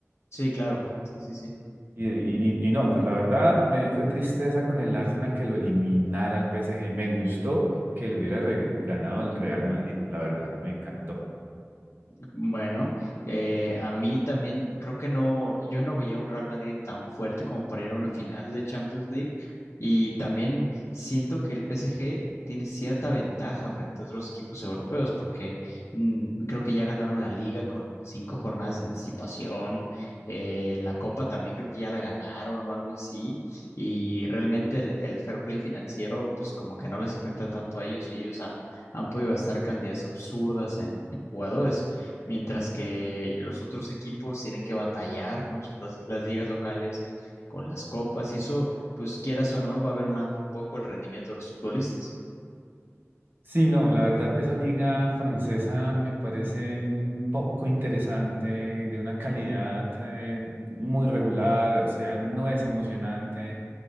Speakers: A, on the left; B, on the right.
A: Sí, claro. Sí, sí, sí.
B: Y, y- y- y no, pues la verdad me dio fue tristeza con el Arsenal que lo eliminara el PSG. Me gustó que le hubiera re- ganado al Real Madrid, la verdad, me encantó.
A: Bueno, eh, a mí también creo que no, yo no veía un Real Madrid tan fuerte como para ir a una final de Champions League y también siento que el PSG tiene cierta ventaja frente a otros equipos europeos porque mm, creo que ya ganaron la liga con cinco jornadas de anticipación, eh, la copa también creo que ya la ganaron o algo así y realmente el, el fair play financiero pues como que no les afecta tanto a ellos y ellos han, han podido gastar cantidades absurdas en en jugadores mientras que los otros equipos tienen que batallar con sus, las, las ligas locales, con las copas, y eso, pues quieras o no, va mermando un poco el rendimiento de los futbolistas.
B: Sí, no, la verdad, esa liga francesa me parece mm, poco interesante, de una calidad eh, muy regular, o sea, no es emocionante.